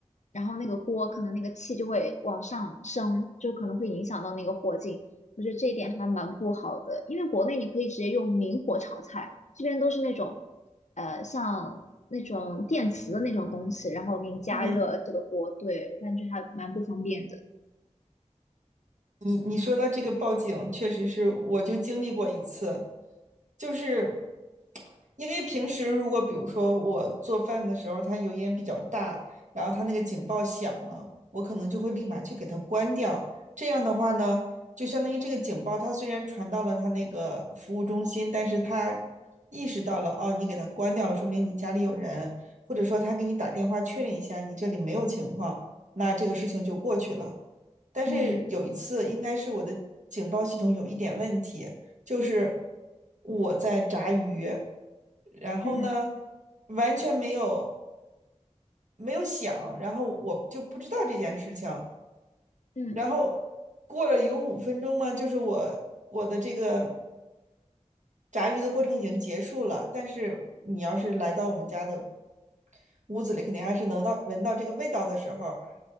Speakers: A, on the left; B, on the right.
A: 然后那个锅可能那个气就会往上升，就可能会影响到那个火劲。我觉得这一点还蛮不好的，因为国内你可以直接用明火炒菜，这边都是那种呃像那种电磁的那种东西，然后给你加热这个锅，
B: 嗯。
A: 对，我感觉还蛮不方便的。
B: 你你说到这个报警，确实是我就经历过一次，就是因为平时如果比如说我做饭的时候，它油烟比较大，然后它那个警报响了，我可能就会立马去给它关掉。这样的话呢，就相当于这个警报它虽然传到了它那个服务中心，但是它意识到了哦，你给它关掉了，说明你家里有人，或者说他给你打电话确认一下你这里没有情况，那这个事情就过去了。但是有一次，
A: 嗯
B: 应该是我的警报系统有一点问题，就是我在炸鱼，然后呢，
A: 嗯
B: 完全没有没有响，然后我就不知道这件事情，
A: 嗯，
B: 然后过了有五分钟嘛，就是我我的这个炸鱼的过程已经结束了，但是你要是来到我们家的屋子里，肯定还是能到闻到这个味道的时候，